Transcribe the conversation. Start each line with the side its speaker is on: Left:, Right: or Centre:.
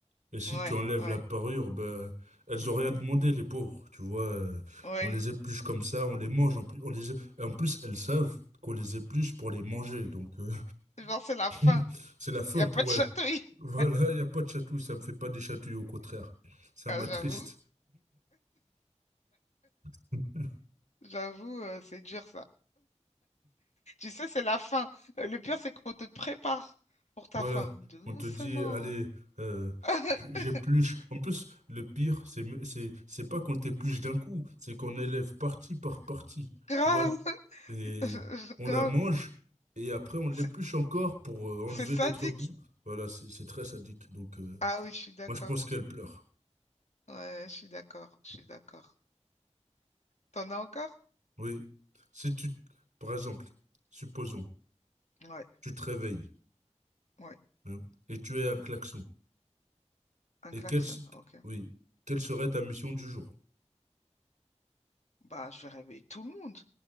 Right: Et si
Left: Ouais,
Right: tu enlèves
Left: ouais,
Right: la parure, ben, elles ont rien demandé, les pauvres. Tu vois, euh,
Left: ouais.
Right: on les épluche comme ça, on les mange. En plus, on les... en plus elles savent qu'on les épluche pour les manger. Donc, euh,
Left: Genre, c'est la fin.
Right: <laughs> c'est la fin
Left: Il n'y a
Right: pour
Left: pas de chatouille.
Right: elles. Voilà,
Left: <laughs>
Right: il n'y a pas de chatouille. Ça me fait pas des chatouilles, au contraire. Ça
Left: Ah,
Right: m'attriste.
Left: j'avoue,
Right: <laughs>
Left: j'avoue, euh, c'est dur ça. Tu sais, c'est la fin. Euh, Le pire, c'est qu'on te prépare pour ta
Right: Voilà.
Left: fin. Doucement.
Right: On te dit, allez, euh,
Left: <laughs>
Right: je- j'épluche. En plus, le pire, c'est, c'est, c'est pas qu'on t'épluche d'un coup, c'est qu'on élève partie par partie.
Left: Grave.
Right: Tu vois? et
Left: <laughs>
Right: on
Left: Grave.
Right: la mange et après on l'épluche
Left: C'est
Right: encore pour euh, enlever
Left: c'est sadique.
Right: l'autre bout. Voilà, c'est c'est très sadique. Donc euh,
Left: Ah oui, je suis d'accord.
Right: moi je pense qu'elle pleure.
Left: Ouais, je suis d'accord. Je suis d'accord. T'en as encore?
Right: Oui. Si tu, par exemple, supposons,
Left: Ouais,
Right: tu te réveilles
Left: ouais.
Right: hein, et tu es un klaxon.
Left: Un
Right: Et
Left: klaxon,
Right: quelle, se-
Left: ok.
Right: oui, quelle serait ta mission du jour?
Left: Bah, je vais réveiller tout le monde.